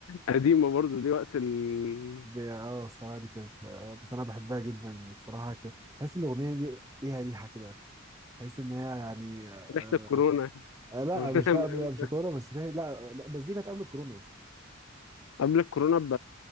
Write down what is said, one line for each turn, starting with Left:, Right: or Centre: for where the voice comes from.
Left: قديمة برضو دي وقت ال...
Right: دي اه الصراحة دي كانت آه، بس أنا بحبها جدا الصراحة كانت تحس إن الأغنية دي ليها ريحة كده تحس إن هي يعني آه
Left: ريحة الكورونا <laughs>
Right: آه لا
Left: أغنية
Right: مش لا
Left: من
Right: لا، مش كورونا بس ليه- لا لا بس دي كانت قبل الكورونا يا اسطى.
Left: قبل الكورونا ب...